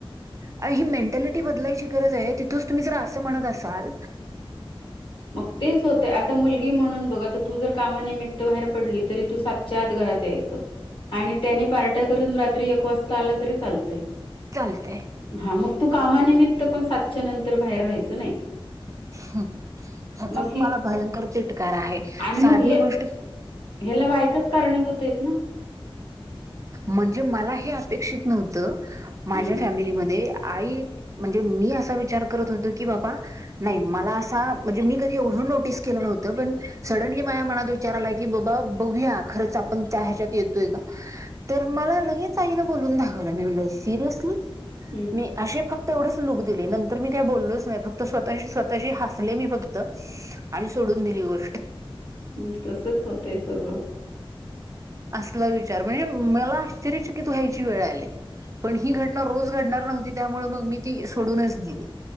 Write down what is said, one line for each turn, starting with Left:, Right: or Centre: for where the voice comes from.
Right: अ ही मेंटॅलिटी बदलायची गरज आहे, तिथंच तुम्ही जर असं म्हणत असाल
Left: मग तेच होतंय. आता मुलगी म्हणून बघा तू जर कामानिमित्त बाहेर पडली, तरी तू सातच्या आत घरात यायचं. आणि त्याने पार्ट्या करून, रात्री एक वाजता आलं तरी चालतंय.
Right: चालतेय
Left: हा मग तू कामानिमित्त पण सातच्या नंतर बाहेर राहायचं नाही
Right: हम ह्याचाच
Left: मग ही
Right: मला भयंकर तिटकार आहे
Left: आणि मग
Right: साधी
Left: हे
Right: गोष्ट
Left: ह्याला बायकाच कारणीभूत आहेत ना
Right: म्हणजे मला हे अपेक्षित नव्हतं माझ्या
Left: हम्म
Right: फॅमिलीमध्ये आई म्हणजे मी असा विचार करत होतो की बाबा नाही
Left: हम्म
Right: मला असा म्हणजे मी कधी एवढं नोटीस केलं नव्हतं पण सडनली माझ्या मनात विचार आला की बाबा बघूया खरंच आपण च ह्याच्यात येतोय का तर मला लगेच साईन बोलून दाखवला मी म्हण सिरियसली
Left: हम्म
Right: मी अे फक्त तेवढेच लूक दिले नंतर मी काय बोललच नाही फक्त स्वतः स्वतःशी हसले मी होते आणि सोडून दिली गो
Left: हम् तसच होतंय सगळं
Right: असलं विच चार म्हणजे मला आश्चर्यचकित व्हायची वेळ आली पण ही घटना रोज घडणार नव्हती त्यामुळे मग मी ती सोडूनच दिली